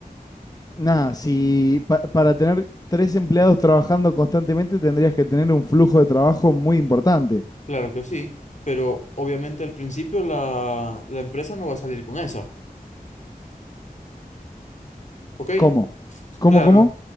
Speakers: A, on the left; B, on the left.
A: nada, si pa- para tener tres empleados trabajando constantemente tendrías que tener un flujo de trabajo muy importante.
B: Claro que sí, pero obviamente al principio la, la empresa no va a salir con esa, ¿ok?
A: ¿Cómo? ¿Cómo,
B: Claro,
A: cómo?